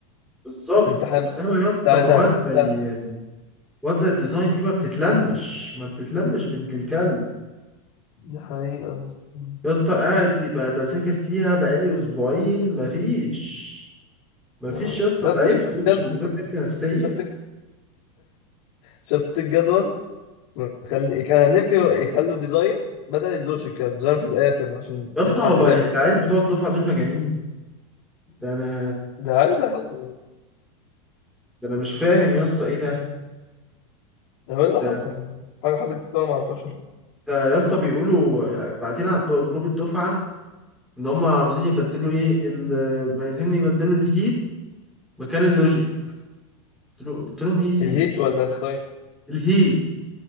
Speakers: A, in the centre; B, on the left (about 60°).
A: بالظبط
B: والامتحانات
A: انما يا اسطى
B: بتاعتها
A: مواد
B: هتبقى
A: زي مواد زي الديزاين دي ما بتتلمش ما بتتلمش بنت الكلب
B: دي حقيقة يا اسطى
A: يا اسطى قاعد يبقى بذاكر فيها بقالي اسبوعين مفيش مفيش
B: آه.
A: يا اسطى
B: يا
A: تعبت
B: اسطى شفت الجدول
A: اقسم بالله تعبت نفسيا
B: شفت شفت الجدول مخلي كان نفسي يخلوا ديزاين بدل اللوجيك يعني ديزاين في الآخر عشان
A: يا اسطى
B: نلحق
A: هو
B: نلم
A: العيال بتوع الدفعه دول مجانين ده انا
B: ده هل اللي حصل يا اسطى؟
A: ده انا مش فاهم يا اسطى ايه ده
B: ده هو اللي
A: ده
B: حصل حاجة حصلت كده أنا ما اعرفهاش ولا
A: ده يا اسطى بيقولوا يعني بعتين على الدو- جروب الدفعه ان هم عاوزين يبدلوا ايه ال- عايزين يبدلوا الهيت مكان اللوجيك قلت له- قلت لهم هيت
B: إيه؟
A: ايه
B: الهيت ولا الديزاين
A: الهيت